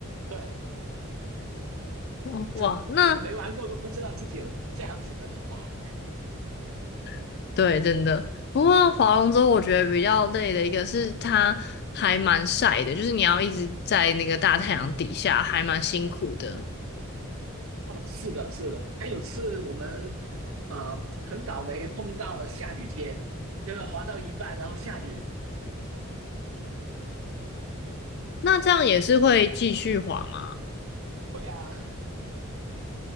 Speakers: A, on the right; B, on the left.
A: 对，
B: 哦哇，
A: 真没玩过都不知道自己有这样子的能耐。
B: 哇那 <laughs> 对，真的。不过划龙舟，我觉得比较累的一个是它还蛮晒的，就是你要一直在那个大太阳底下，还蛮辛苦的。
A: 哦，是的，是的。还有次我们，呃，很倒霉碰到了下雨天，就是滑到一半然后下雨。
B: 那这样也是会继续滑吗？
A: 会啊，